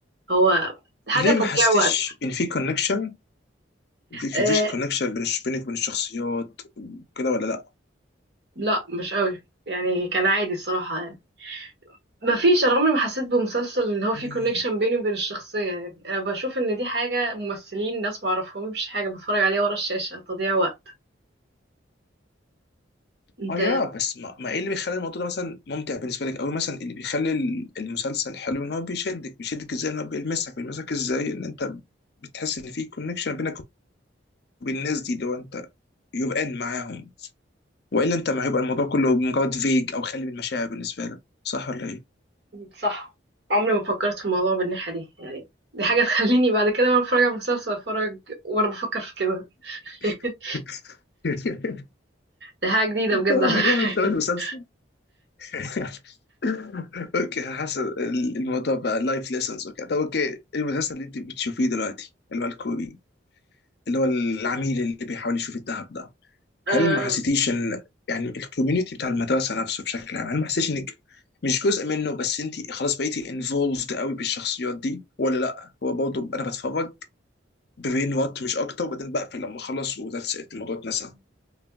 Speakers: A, on the right; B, on the left.
A: هو حاجه
B: ليه
A: تضييع
B: ما حسيتيش
A: وقت
B: ان في كونكشن؟ مفيش
A: أه
B: مفيش كونكشن بين الش- بينك وبين الشخصيات كده ولا
A: لا مش قوي يعني كان عادي الصراحه يعني ما فيش انا عمري ما حسيت بمسلسل ان هو في
B: لا؟
A: كونكشن بيني وبين الشخصيه يعني انا بشوف ان دي حاجه ممثلين ناس ما اعرفهمش حاجه بتفرج عليها ورا الشاشه تضييع وقت انت
B: اه يا بس ما, ما ايه اللي بيخلي الموضوع ده مثلا ممتع بالنسبه لك قوي مثلا اللي بيخلي ال- المسلسل حلو ان هو بيشدك بيشدك ازاي ان هو بيلمسك بيلمسك ازاي ان انت بتحس ان في كونكشن بينك وبين الناس دي اللي هو انت يبقى ان معاهم والا انت ما هيبقى الموضوع كله مجرد فيج او خالي من المشاعر بالنسبه لك صح ولا ايه؟
A: صح عمري ما فكرت في الموضوع بالناحية دي يعني دي حاجة تخليني بعد كده وانا بتفرج على المسلسل اتفرج وانا بفكر في كده
B: <laughs>
A: <laughs> دي حاجة جديدة بجد
B: اوه
A: على
B: ماي
A: <laughs>
B: جاد ده مسلسل <laughs> اوكي حسن الموضوع بقى لايف ليسنز اوكي طب اوكي المسلسل اللي انت بتشوفيه دلوقتي اللي هو الكوري اللي هو العميل اللي بيحاول يشوف الذهب ده
A: آه
B: هل ما حسيتيش ان يعني الكوميونتي بتاع المدرسه نفسه بشكل عام هل ما حسيتيش انك مش جزء منه بس انت خلاص بقيتي انفولفد قوي بالشخصيات دي ولا لا هو برضه انا بتفرج برين وات مش اكتر وبعدين بقفل لما اخلص وذاتس ات الموضوع اتنسى